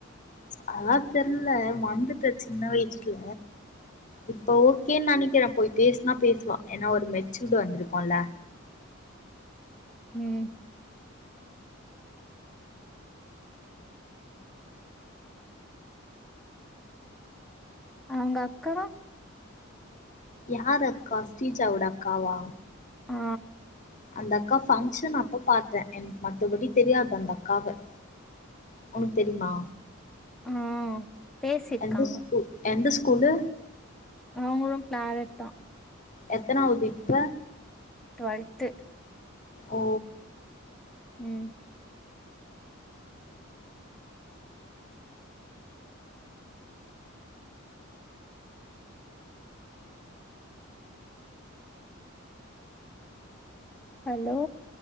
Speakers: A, on the left; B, in the centre.
A: அதெல்லா தெர்ல மறந்துட்ட சின்ன வயசுல இப்ப ஓகேன் நெனைக்கிறே போய் பேசனா பேசுவா ஏன்னா ஒரு மெச்சூர்டு வந்துருக்குல்ல
B: ம் அவுங்க அக்கா
A: யாரு அக்கா ஸ்டீஜாவோட அக்காவா
B: ஆ
A: அந்த அக்கா ஃபங்க்ஷன் அப்ப பாத்தே எனக் மத்தபடி தெரியாது அந்த அக்காவ உனுக் தெரிமா
B: அ பேசிர்க்காங்க
A: எந்த ஸ்கூ எந்த ஸ்கூலு
B: அவங்களு க்ளாரட்தா
A: எத்தனாவது இப்ப
B: ட்வெல்த்து
A: ஓ
B: ம் ஹலோ